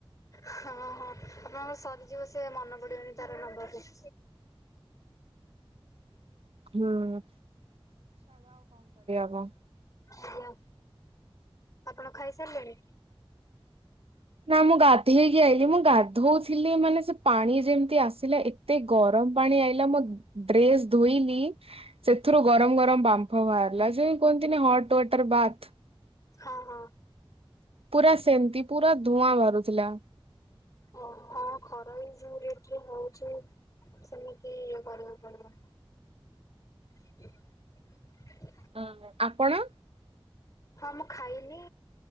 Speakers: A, on the left (about 35°); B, on the right (about 80°).
A: ହଁ ହଁ, ଆପଣଙ୍କର ସରିଯିବ, ସେ ମନେ ପଡିବନି ତାର ନବାକୁ। <inaudible>
B: ହୁଁ। ହ।
A: ଆଜ୍ଞା। ଆପଣ ଖାଇସାରିଲେଣି?
B: ନା ମୁଁ ଗାଧେଇକି ଆଇଲିି ।ମୁଁ ଗାଧଉଥିଲି, ମାନେ ସେ ପାଣି ଯେମିତି ଆସିଲା, ଏତେ ଗରମ ଗରମ୍ ପାଣି ଆଇଲା, ମୋ ଡ୍ରେସ ଧୋଇଲି, । ସେଥିରୁ ଗରମ, ଗରମ ବାମ୍ଫ ବାହାରିଲା ।ଯୋ କୁହନ୍ତିନି ହଟୱାଟର ବାଥ
A: ହଁ ହଁ।
B: ପୁରା ସେମିତି ପୁରା ଧୂଆଁ ବାହାରୁଥିଲା।
A: ଓ ହଁ ଖରାୋଇ ଯୋଉ ରେଟ ରେ ହଉଛି ସେମିତି ଇଏ କରିବାକୁ ପଡିବ। <inaudible>
B: ହଁ ଆପଣ?
A: ହଁ ମୁଁ ଖାଇନି